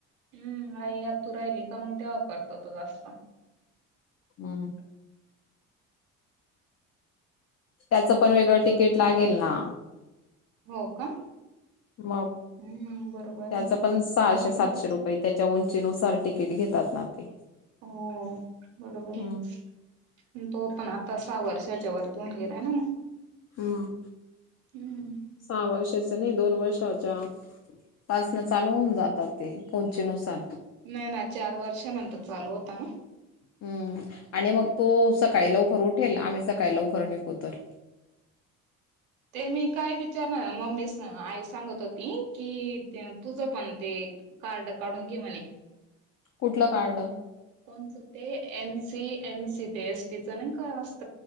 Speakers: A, on the right; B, on the left.
A: हम्म आई आ तू राहिली का मग तेव्हा करतो तो जास्त
B: हम त्याचं पण वेगळं तिकीट लागेल ना.
A: हो का
B: मग
A: हम्म बरोबर
B: त्याच
A: आहे
B: पण सहाशे
A: लागेल
B: सातशे
A: त्याचा
B: रुपये त्याच्या उं. नुसार तिकीट घेतात ना. ते
A: हो बरोबर
B: हम्म
A: आहे तो पण आता स वर्षाच्या वरतून. ना मग.
B: हम
A: हम्म
B: सहा वर्षाच नाही दोन वर्षाच्या पासन चालू होऊन जातात ते उंचीनुसार
A: नाही ना चार वर्षानंतर चालू होता ना.
B: हम्म आणि मग तो सकाळी लवकर उठेल आम्ही. काही लवकर निघू तर.
A: ते मी काय विचारणार मम्मीसन आईस सांगत होती कि तुझ पण ते कार्ड काढून घे म्हणे.
B: कुठलं कार्ड
A: कोणचं ते एन सी एम सी ते एस टी चं नाही काय असत.